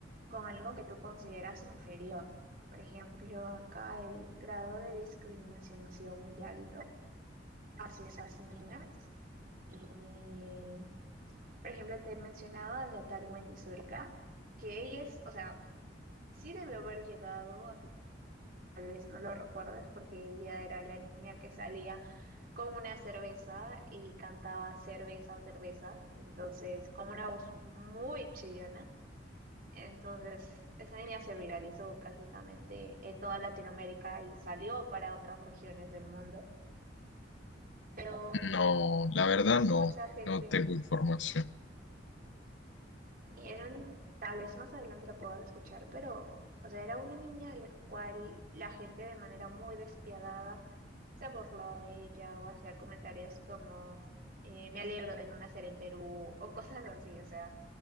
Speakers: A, on the right; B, on the left.
A: con algo que tú consideras inferior. ¿no? Por ejemplo, acá el grado de discriminación ha sido muy alto hacia esas niñas Y, por ejemplo, te he mencionado a la tal Wendy Zulka, que ella es, o sea, sí debe haber llegado a tu, tal vez no lo recuerdas, porque ella era la niña que salía con una cerveza y cantaba cerveza, cerveza, entonces con una voz muy chillona. Entonces, esa niña se viralizó prácticamente en toda Latinoamérica y salió para otras regiones del mundo, pero
B: No, la verdad no,
A: mucha gente
B: no tengo información.
A: Y eran, tal vez más adelante la puedan escuchar, pero, o sea, era una niña a la cual la gente de manera muy despiadada se burlaba de ella o hacía comentarios como, eh, me alegro de no nacer en Perú o cosas así, o sea,